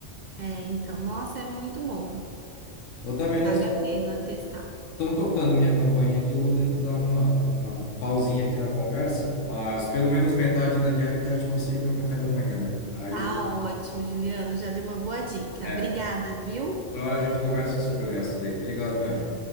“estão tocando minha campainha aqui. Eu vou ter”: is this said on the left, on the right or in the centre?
Left